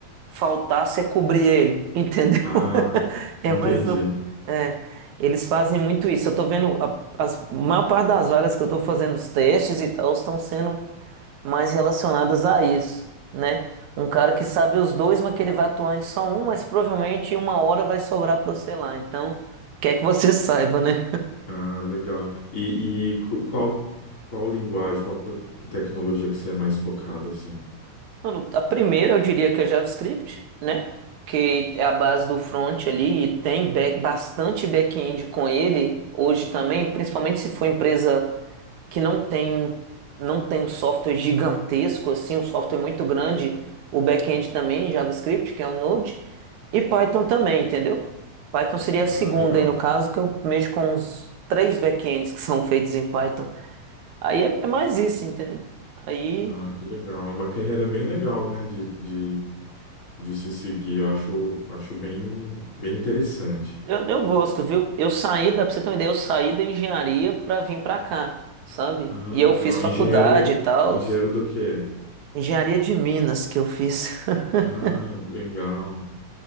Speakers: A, on the right; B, on the left.
A: faltar, você cobrir ele, <laughs> entendeu?
B: Ah,
A: É
B: entendi.
A: mais um, é, eles fazem muito isso. Eu tô vendo a, as- a maior parte das vagas que eu tô fazendo os testes e tal estão sendo mais relacionadas a isso, né? Um cara que sabe os dois, mas que ele vai atuar em só um, mas provavelmente em uma hora vai sobrar para você lá. Então, quer que você <laughs> saiba, né?
B: Ah, legal. E, e cu- qual, qual linguagem, qual co- tecnologia que você é mais focado, assim?
A: Mano, a primeira eu diria que é JavaScript, né? Que é a base do front ali e tem back- bastante back-end com ele hoje também, principalmente se for empresa que não tem um, não tem um software gigantesco assim, um software muito grande, o back-end também, JavaScript, que é o Node, e Python também, entendeu? Python seria
B: Ah,
A: a segunda
B: legal.
A: aí no caso, que eu mexo com os três back-ends que <laughs> são feitos em Python. Aí é, é mais isso, entendeu? Aí
B: Ah, que legal. Uma carreira bem legal, né, de, de, de se seguir. Eu acho, acho bem, bem interessante.
A: eu, eu gosto, viu? Eu saí, dá pra você ter uma ideia, eu saí da engenharia pra vir pra cá, sabe?
B: Ah,
A: E
B: legal.
A: eu fiz faculdade
B: Engenheiro,
A: e tal,
B: engenheiro do quê?
A: engenharia de Minas que eu fiz.
B: Ah,
A: <laughs>
B: legal,